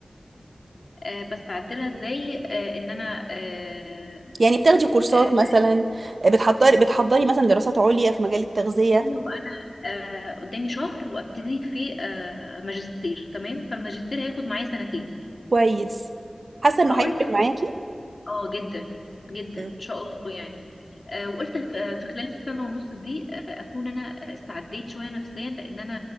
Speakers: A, on the left; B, on the right.
A: آه، بس أعدلها إزاي آه، إن أنا آه،
B: يعني بتاخدي كورسات
A: آه،
B: مثلا بتحضري بتحضري مثلا دراسات عليا في مجال التغذية
A: لو انا آه، قدامي شهر وابتدي في آه، ماجستير تمام فالماجستير هياخد معايا سنتين
B: كويس حاسة انه
A: فقلت
B: هيفرق
A: في...
B: معاكي
A: اه جدا جدا
B: مم.
A: ان شاء الله يعني آه، وقلت ف- في خلال السنه ونص دي آه، اكون انا استعديت شويه نفسيا لان انا